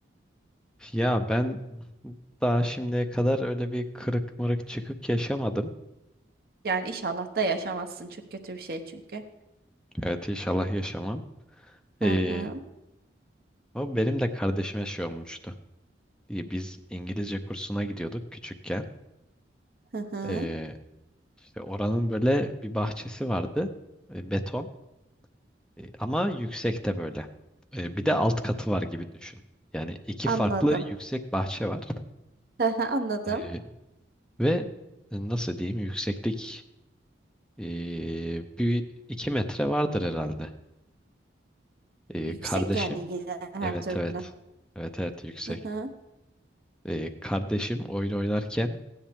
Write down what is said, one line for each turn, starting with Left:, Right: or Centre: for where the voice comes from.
Centre: Ya ben daha şimdiye kadar öyle bir kırık mırık çıkık yaşamadım.
Right: Yani inşallah da yaşamazsın. Çok kötü bir şey çünkü.
Centre: Evet inşallah yaşamam.
Right: Hı
Centre: E,
Right: hı,
Centre: o benim de kardeşime şey olmuştu. E, biz İngilizce kursuna gidiyorduk küçükken.
Right: hı hı.
Centre: E, işte oranın böyle bir bahçesi vardı. E, beton. E, Ama yüksekte böyle. E, bir de alt katı var gibi düşün. Yani iki
Right: Anladım.
Centre: farklı yüksek bahçe var.
Right: Hı hı, anladım.
Centre: E, ve e, nasıl diyeyim yükseklik e, bir iki metre vardır herhalde. E,
Right: Yüksek
Centre: kardeşim
Right: yani yine her
Centre: evet
Right: türlü.
Centre: evet evet evet yüksek.
Right: Hı hı.
Centre: E, kardeşim oyun oynarken